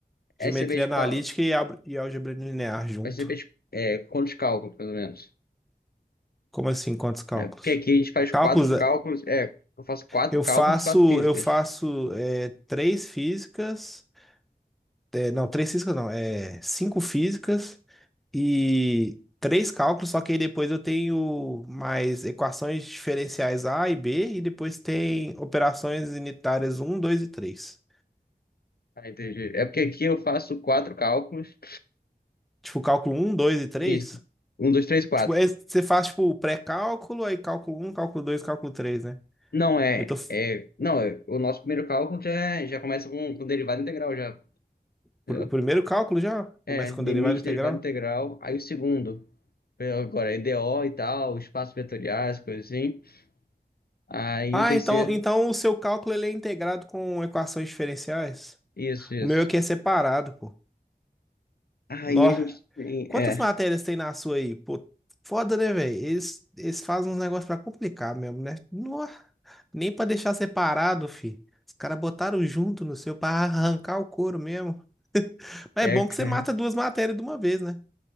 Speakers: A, on the left; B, in the centre.
A: É,
B: Geometria
A: você fez
B: analítica
A: qual?
B: e, ab- e álgebra linear junto.
A: Mas você fez é, quantos cálculos, pelo menos?
B: Como assim? Quantos cálculos?
A: É, porque aqui a gente faz
B: Cálculos,
A: quatro cálculos.
B: eh,
A: É, eu faço quatro
B: eu
A: cálculos,
B: faço,
A: e quatro físicas.
B: eu faço eh, três físicas. eh, não, três físicas não. É, cinco físicas e três cálculos, só que aí depois eu tenho mais equações diferenciais A e B, e depois tem operações unitárias um, 2 e três
A: Ah, entendi. É porque aqui eu faço quatro cálculos.
B: Tipo, cálculo um, dois e três
A: Isso. Um, dois, três, quatro.
B: Tipo, é- você faz, tipo, o pré-cálculo, aí cálculo um, cálculo 2, cálculo três né?
A: Não, é.
B: Eu tô... f-
A: é não, é, o nosso primeiro cálculo já, é- já começa com, com derivada integral, já. entendeu?
B: pr- O primeiro cálculo já
A: É,
B: começa
A: limite,
B: com derivada integral.
A: derivada integral. Aí o segundo. é, Agora, é EDO e tal, espaços vetoriais, coisa assim. Aí
B: Ah,
A: o terceiro.
B: então, então o seu cálculo ele é integrado com equações diferenciais?
A: Isso, isso.
B: O meu aqui é separado, pô.
A: Aí
B: Nó.
A: a gente tem.
B: Quantas
A: É.
B: matérias tem na sua aí? Pô, foda, né, velho? Eles, eles fazem uns negócios pra complicar mesmo, né? Nó. Nem pra deixar separado, fi. Os caras botaram junto no seu pra arrancar o couro mesmo. Mas
A: É,
B: é bom
A: cara.
B: que você mata duas matérias de uma vez, né?